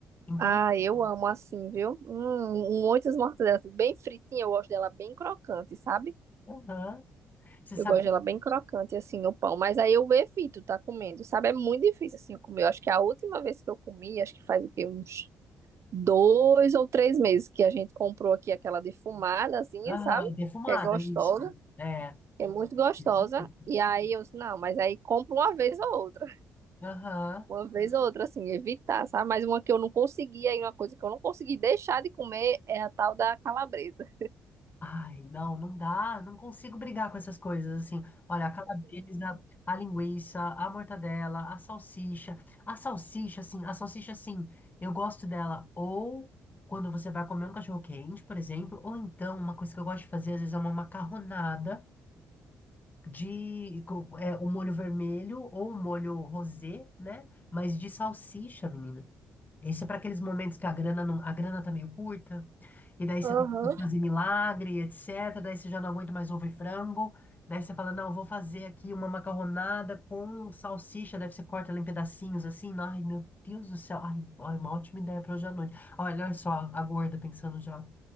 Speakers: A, on the left (about 30°); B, on the right (about 50°).
A: então,
B: Ah, eu amo assim, viu? Hum, muitas mortadelas, assim, bem fritinha, eu gosto dela bem crocante, sabe?
A: aham. Você
B: Eu
A: sabe
B: gosto
A: que.
B: dela bem crocante, assim, no pão. Mas aí eu evito tá comendo, sabe? É muito difícil, assim, eu comer. Eu acho que a última vez que eu comi, acho que faz o quê? Uns dois ou três meses que a gente comprou aqui aquela defumada, assim,
A: Aham,
B: sabe?
A: é defumada,
B: Que é gostosa.
A: isso. É,
B: É muito gostosa.
A: isso mesmo.
B: E aí eu disse, não, mas aí compro uma vez ou outra.
A: Aham.
B: Uma vez ou outra, assim, evitar, sabe? Mas uma que eu não consegui, aí uma coisa que eu não consegui deixar de comer é a tal da calabresa.
A: Ai, não, não dá. Não consigo brigar com essas coisas, assim. Olha, a calabresa, a linguiça, a mortadela, a salsicha. A salsicha, assim, a salsicha, assim, eu gosto dela ou quando você vai comer um cachorro quente, por exemplo, ou então, uma coisa que eu gosto de fazer, às vezes, é uma macarronada. de co- é, o molho vermelho ou o molho rosé, né? Mas de salsicha, menina. Isso é para aqueles momentos que a grana não, a grana tá meio curta, e daí você
B: Aham.
A: tem que fazer milagre, etc. Daí você já não aguenta mais ovo e frango. Daí você fala, não, vou fazer aqui uma macarronada com salsicha. Daí você corta ela em pedacinhos assim. Ai, meu Deus do céu. Ai, olha, uma ótima ideia para hoje à noite. Olha, olha só, a gorda pensando já.